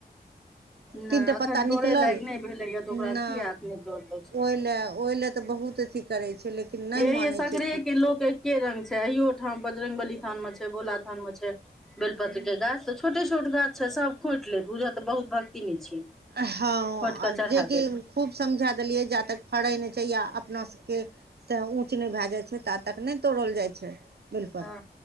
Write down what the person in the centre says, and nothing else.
नहि
एखन
तोड़य
लायक नहि भेलैए तऽ ओकरा किया
एखने तोड़ि लै छै
हे यै
सगरेै
के लोक के रंग छै अहियो ठाम बजरंग बली थान में छै बोलाथान मे छै बेलपत्र
के गाछ सब छोटे छोट गाछ छै सब खोइट लेत बुझ तऽ बहुत भक्तिनी छी
खोंट कऽ चढ़ा
देत
हँ